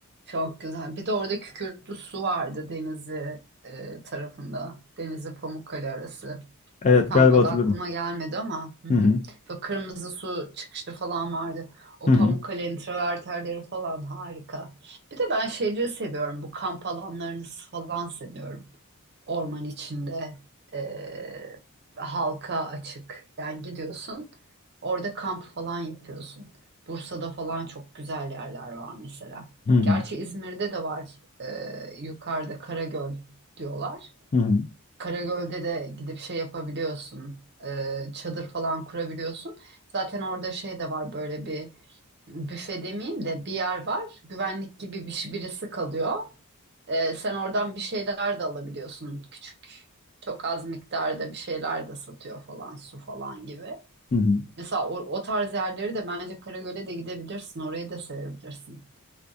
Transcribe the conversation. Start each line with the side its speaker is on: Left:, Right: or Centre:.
Right: Çok güzel. Bir de orada Kükürtlü Su vardı Denizli e, tarafında. Denizli Pamukkale arası.
Left: Evet
Right: Tam
Left: galiba
Right: adı
Left: hatırlıyorum.
Right: aklıma gelmedi ama hı hı.
Left: Hı hı.
Right: Böyle kırmızı su çıkışı falan vardı. O
Left: Hı
Right: Pamukkale'nin
Left: hı.
Right: travertenleri falan harika. Bir de ben şeyleri seviyorum. Bu kamp alanlarını falan seviyorum orman içinde e, halka açık. Yani gidiyorsun orada kamp falan yapıyorsun. Bursa'da falan çok güzel yerler var mesela.
Left: Hı hı.
Right: Gerçi İzmir'de de var e, yukarıda Karagöl diyorlar.
Left: Hı hı.
Right: Karagöl'de de gidip şey yapabiliyorsun. e, çadır falan kurabiliyorsun. Zaten orada şey de var böyle bir büfe demeyeyim de bir yer var. Güvenlik gibi bir, birisi kalıyor. E, sen oradan bir şeyler de alabiliyorsun. Küçük çok az miktarda bir şeyler de satıyor falan su falan gibi.
Left: Hı hı.
Right: Mesela o, o tarz yerleri de bence Karagöl'e de gidebilirsin. Orayı da sevebilirsin.